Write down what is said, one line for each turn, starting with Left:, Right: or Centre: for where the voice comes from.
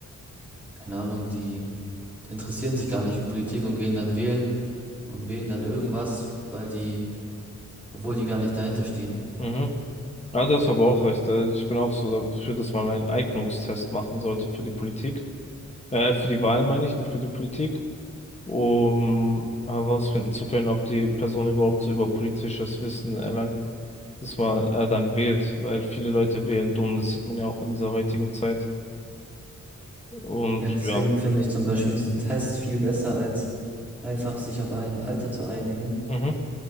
Centre: keine Ahnung, die interessieren sich gar nicht für Politik und gehen dann wählen und wählen dann irgendwas, weil die obwohl die gar nicht dahinter stehen.
Left: mhm. Ja, das aber auch recht. Also Ich bin auch so dafür, dass man einen Eignungstest machen sollte für die Politik. Äh, für die Wahlen meine ich, nicht für die Politik. Um herausfinden zu können, ob die Person überhaupt so über politisches Wissen erlangt, dass man er dann wählt. Weil viele Leute wählen dumm, das sieht man ja auch in dieser heutigen Zeit. Und
Centre: Ja, deswegen
Left: ja.
Centre: finde ich zum Beispiel diesen Test viel besser, als einfach sich auf ein Alter zu einigen,
Left: Mhm.